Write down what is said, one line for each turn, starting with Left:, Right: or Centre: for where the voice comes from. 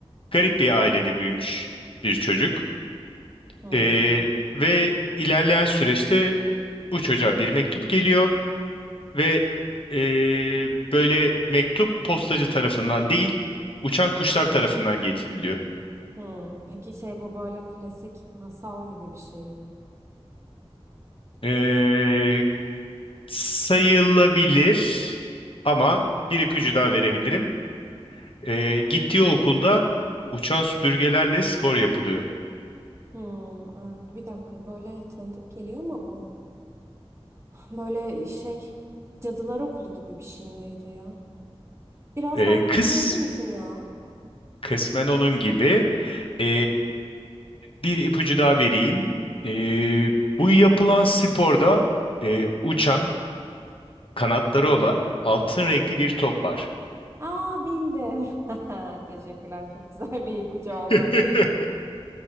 Left: garip bir ailede büyümüş bir çocuk.
Right: hı
Left: Ee, ve ilerleyen süreçte bu çocuğa bir mektup geliyor ve ee, böyle mektup postacı tarafından değil, uçan kuşlar tarafından getiriliyor.
Right: hı. Peki şey bu böyle klasik masal gibi bir şey mi?
Left: Ee, sayılabilir ama bir ipucu daha verebilirim. Ee, gittiği okulda uçan süpürgelerle spor yapılıyor.
Right: Hı, aa, bir dakika böyle tanıdık geliyor mu bu? <laughs> Böyle şey Cadılar Okulu gibi bir şey miydi ya? Biraz
Left: E,
Right: daha ipucu
Left: kıs,
Right: verir misin ya?
Left: kısmen onun gibi. E, bir ipucu daha vereyim. E, bu yapılan sporda e, uçan, kanatları olan altın renkli bir top var.
Right: Aa bildim. <laughs> Teşekkürler çok güzel bir ipucu oldu.
Left: <laughs>